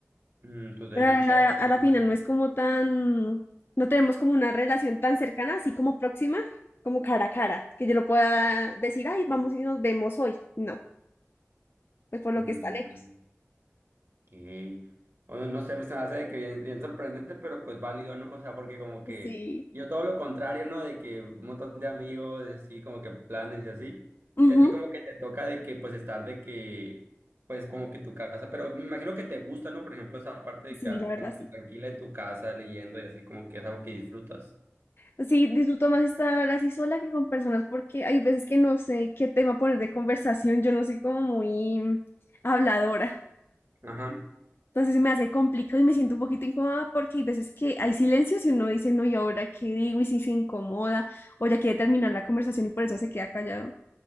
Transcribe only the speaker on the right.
Mm, tu daily
chat.
<laughs>
Mm.
que, bueno, no sé, se me hace de que bien, bien sorprendente, pero pues válido, ¿no? O sea, porque como que
yo todo lo contrario, ¿no? De que un montón de amigos, así, como que planes y así.
Y a ti como que te toca de que, pues, estar de que, pues, como que en tu casa, pero me imagino que te gusta, ¿no? Por ejemplo, esa parte de
quedarte
como
que tranquila en tu casa leyendo y así, como que es algo que disfrutas.
Ajá.